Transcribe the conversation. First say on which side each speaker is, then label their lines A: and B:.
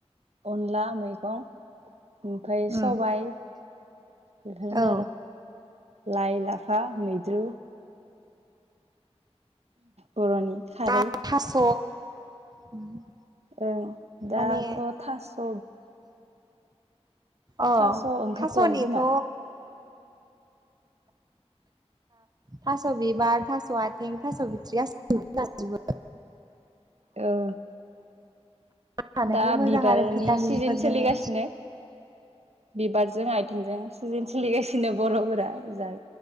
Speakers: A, on the right; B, on the right.
A: अनला मैगं ओमफ्राय
B: उम
A: सबाइ बेफोरनो
B: औ
A: आरो लाइ, लाफा मैद्रु बर'नि खारै
B: आ थास' <unintelligible>
A: ओं दाथ'
B: माने
A: थास'
B: अ'
A: थास' ओंखारथ'वाखै
B: थास'निथ'
A: खोमा
B: थास' बिबार, थास' आथिं, थास' बिथ्रि गासिखौबो जाजोबो।
A: ओ
B: थानायखाय
A: दा
B: मोजां
A: बिबारनि
B: आरो भिटामिनफोर
A: सिजोन
B: दोङो
A: सोलिगासिनो बिबारजों आथिंजों सिजेन सोलिगासिनो बर'फोरा जा